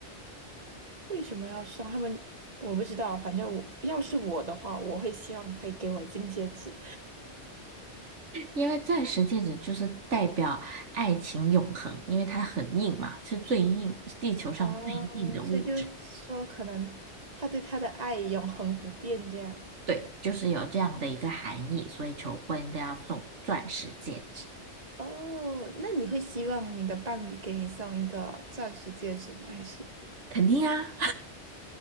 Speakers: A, on the right; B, on the right.
A: 为什么要送他们？我不知道，反正我要是我的话，我会希望可以给我金戒指。
B: 因为钻石戒指就是代表爱情永恒，因为它很硬嘛，是最硬，是地球上最硬的物质。
A: 哦，所以就是说，可能他对他的爱永恒不变这样。
B: 对，就是有这样的一个含义，所以求婚都要送钻石戒指。
A: 哦，那你会希望你的伴侣给你送一个钻石戒指吗？还是？
B: 肯定啊，